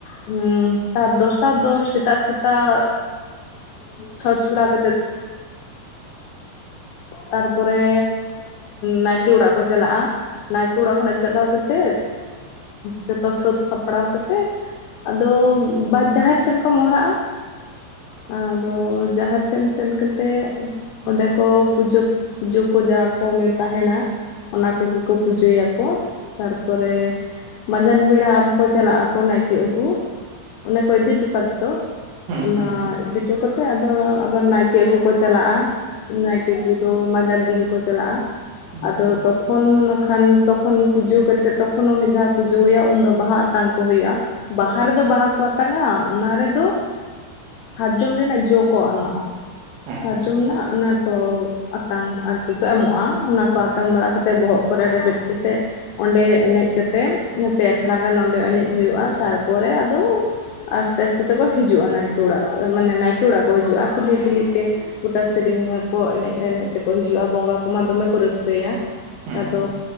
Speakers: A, on the left; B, on the right.
A: ᱦᱩᱸ ᱛᱟᱨ ᱫᱚᱥᱟᱨ ᱫᱚ ᱥᱮᱛᱟᱜ ᱥᱮᱛᱟᱜ ᱪᱷᱚᱸᱪ ᱪᱷᱚᱲᱟ ᱠᱟᱛᱮᱜ ᱛᱟᱨᱯᱚᱨᱮ ᱱᱟᱭᱠᱮ ᱚᱲᱟᱜ ᱠᱚ ᱪᱟᱞᱟᱜᱼᱟ ᱱᱟᱭᱠᱮ ᱚᱲᱟᱜ ᱠᱷᱚᱱᱟᱜ ᱪᱟᱞᱟᱣ ᱠᱟᱛᱮᱮᱫ ᱡᱚᱛᱚ ᱥᱟᱹᱛ ᱥᱟᱯᱲᱟᱣ ᱠᱟᱛᱮᱫ ᱟᱫᱚ ᱵᱟᱫᱽ ᱡᱟᱦᱮᱨ ᱥᱮᱱ ᱠᱚ ᱢᱚᱦᱲᱟᱜᱼᱟ ᱟᱫᱚ ᱡᱟᱦᱮᱨ ᱥᱮᱱ ᱥᱮᱱ ᱠᱟᱛᱮ ᱚᱸᱰᱮ ᱠᱚ ᱯᱩᱡᱳ ᱯᱩᱡᱳ ᱠᱚ ᱡᱟᱦᱟᱸᱟ ᱠᱚ ᱢᱮᱱ ᱛᱟᱦᱮᱱᱟ ᱚᱱᱟ ᱠᱚᱜᱮ ᱠᱚ ᱯᱩᱡᱟᱹᱭᱟᱠᱚ ᱛᱟᱨᱯᱚᱨᱮ ᱢᱟᱸᱡᱟᱱ ᱵᱮᱲᱟ ᱟᱨᱦᱚᱸ ᱠᱚ ᱪᱟᱞᱟᱜ ᱟᱠᱚ ᱱᱟᱭᱠᱮ ᱟᱹᱜᱩ ᱚᱱᱮ ᱠᱚ ᱤᱫᱤ ᱦᱚᱴᱚ ᱠᱟᱫᱮ ᱫᱚ
B: ᱦᱩᱸ
A: ᱚᱱᱟ
B: ᱦᱩᱸ ᱦᱩᱸ
A: ᱤᱫᱤ ᱦᱚᱴᱚ ᱠᱟᱛᱮᱜ ᱟᱫᱚ ᱟᱵᱟᱨ ᱱᱟᱭᱠᱮ ᱟᱹᱜᱩ ᱠᱚ ᱪᱟᱞᱟᱜᱼᱟ ᱱᱟ ᱫᱚ ᱢᱟᱡᱟᱱ ᱫᱤᱜᱮ ᱠᱚ ᱪᱟᱞᱟᱜᱼᱟ
B: ᱦᱩᱸ ᱦᱩᱸ ᱦᱩᱸ
A: ᱛᱚᱠᱷᱚᱱ ᱱᱟᱠᱷᱟᱱ ᱛᱚᱠᱷᱚᱱ ᱯᱩᱡᱳ ᱠᱟᱛᱮᱫ ᱛᱚᱠᱷᱚᱱ ᱦᱚᱸ ᱢᱤᱫ ᱫᱷᱟᱣ ᱯᱩᱡᱳ ᱦᱩᱭᱩᱜᱼᱟ ᱩᱱᱫᱚ ᱵᱟᱦᱟ ᱟᱛᱟᱝ ᱠᱚ ᱦᱩᱭᱩᱜᱼᱟ ᱵᱟᱦᱟ ᱨᱮᱫᱚ ᱵᱟᱦᱟ ᱠᱚ ᱟᱛᱟᱝᱟ ᱚᱱᱟ ᱨᱮᱫᱚ ᱥᱟᱨᱡᱚᱢ ᱨᱮᱱᱟᱜ ᱡᱚ ᱠᱚ ᱮᱢᱟᱜᱼᱟ
B: ᱦᱮᱸ
A: ᱥᱟᱨᱡᱚᱢ
B: ᱦᱮᱸ ᱦᱮᱸ
A: ᱨᱮᱱᱟᱜ ᱚᱱᱟ ᱠᱚ ᱟᱛᱟᱝ ᱟᱨᱠᱤ ᱠᱚ ᱮᱢᱚᱜᱼᱟ ᱚᱱᱟ ᱠᱚ ᱟᱛᱟᱝ ᱵᱟᱲᱟ ᱠᱟᱛᱮᱫ ᱵᱚᱦᱚᱜ ᱠᱚᱨᱮ ᱨᱮᱵᱮᱫ ᱠᱟᱛᱮᱫ ᱚᱸᱰᱮ ᱮᱱᱮᱡ ᱠᱟᱛᱮᱜ ᱯᱮ ᱟᱠᱷᱲᱟ ᱜᱟᱱ ᱚᱸᱰᱮ ᱮᱱᱮᱡ ᱦᱩᱭᱩᱜᱼᱟ ᱛᱟᱨᱯᱚᱨᱮ ᱟᱫᱚ ᱟᱥᱛᱮ ᱟᱥᱛᱮ ᱛᱮᱠᱚ ᱦᱤᱡᱩᱜᱼᱟ ᱱᱟᱭᱠᱮ ᱚᱲᱟᱜ ᱢᱟᱱᱮ ᱱᱟᱭᱠᱮ ᱚᱲᱟᱜ ᱠᱚ ᱦᱤᱡᱩᱜᱼᱟ ᱠᱩᱞᱦᱤ ᱠᱩᱞᱦᱤ ᱛᱮ ᱠᱚᱴᱟ ᱥᱮᱨᱮᱧ ᱠᱚ ᱮᱱᱮᱡ ᱮᱱᱮᱡ ᱛᱮᱠᱚ ᱦᱤᱡᱩᱜᱼᱟ ᱵᱚᱸᱜᱟ ᱠᱚᱢᱟ ᱫᱚᱢᱮ ᱠᱚ ᱨᱟᱹᱥᱠᱟᱹᱭᱟ
B: ᱦᱩᱸ ᱦᱩᱸ ᱦᱩᱸ
A: ᱟᱫᱚ
B: ᱦᱩᱸ